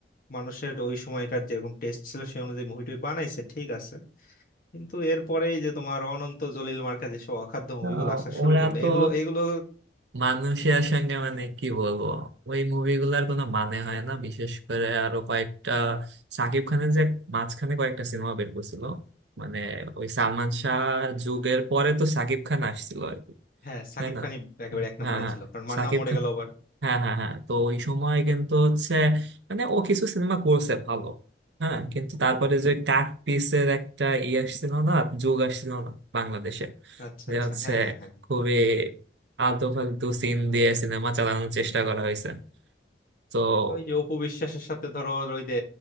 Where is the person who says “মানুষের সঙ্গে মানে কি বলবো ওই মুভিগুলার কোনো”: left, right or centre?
Right